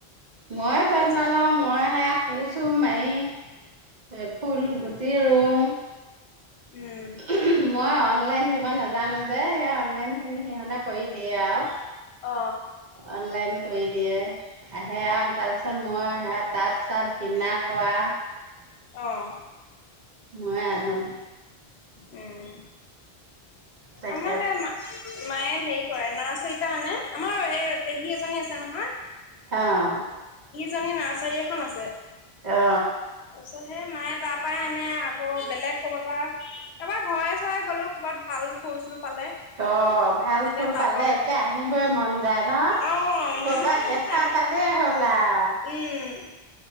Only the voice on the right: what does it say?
ময়েই যত্ন
লওঁ ময়ে সেয়া কো চু মাৰি এ ফুল
গুটি ৰুওঁ।
<unintelligible> মই অনলাইন দিব নাজানো যে, সেই অনলাইন খিনি সিহঁতে কৰি দিয়ে আৰু।
অনলাইন কৰি দিয়ে, আহে আৰু তাৰপিছত মই টাব চাব কিনাক হোৱা
মই আনো।
তেখেত
অ'
অ
অ', ভাল
ফুল
পালে
একে আনিবই মন যায় ন?
ক'বাত দেখা
পালেই হ'ল আও